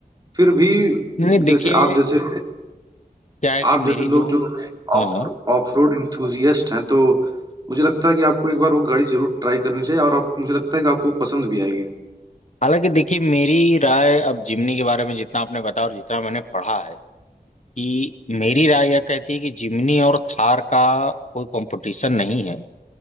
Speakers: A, on the right (about 25°); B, on the left (about 45°).
A: फिर भी
B: नहीं नहीं, देखिए
A: जैसे आप जैसे
B: क्या है कि
A: आप
B: मेरी
A: जैसे लोग
B: जो
A: जो
B: हाँ
A: ऑफ
B: हाँ।
A: ऑफ रोड इंथुजियस्ट हैं तो मुझे लगता है कि आपको एक बार वो गाड़ी जरूर ट्राई करनी चाहिए और आप मुझे लगता है कि आपको पसंद भी आएगी
B: हालांकि देखिए मेरी राय अब जिमनी के बारे में जितना आपने बताया और जितना मैंने पढ़ा है कि मेरी राय यह कहती है कि जिमनी और थार का कोई कंपटीशन नहीं है